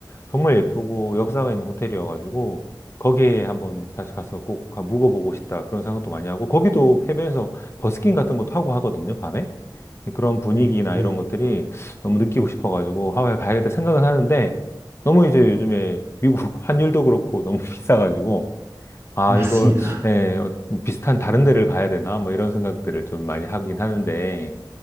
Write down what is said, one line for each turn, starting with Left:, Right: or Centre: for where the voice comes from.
Left: 정말 예쁘고 역사가 있는 호텔이어가지고 거기에 한번 다시 가서 꼭 가- 묵어보고 싶다 그런 생각도 많이 하고 거기도 해변에서 버스킹 같은 것도 하고 하거든요, 밤에. 그런 분위기나
Right: 네, 네.
Left: 이런 것들이 너무 느끼고 싶어가지고 하와이 가야겠다 생각은 하는데 너무 이제 요즘에 미국 환율도 그렇고 너무 <laughs> 비싸가지고 아,
Right: 맞습니다.
Left: 이걸, 예, 어, 비슷한 다른 데를 가야 되나? 뭐 이런 생각들을 좀 많이 하긴 하는데,